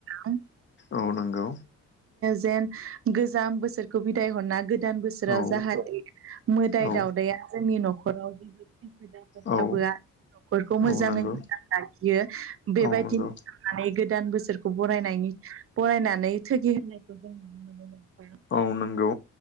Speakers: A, on the right; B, on the left.
A: नो
B: औ नंगौ
A: जेन गोजाम बोसोरखौ बिदाय हरना गोदान बोसोर बोसोराव
B: औ
A: जाहाथे मोदाय
B: औ
A: दावदाया जोंनि न'खराव जेबो खैफोद लाबोआ
B: औ
A: न'खरखौ मोजाङै
B: औ नंगौ
A: मोजां लाखियो बेबायदिनो
B: औ नंगौ
A: माने गोदान बोसोरखौ बरायनायनि बरायनानै थगि होनायखौ जों नुनो मोनो
B: औ नंगौ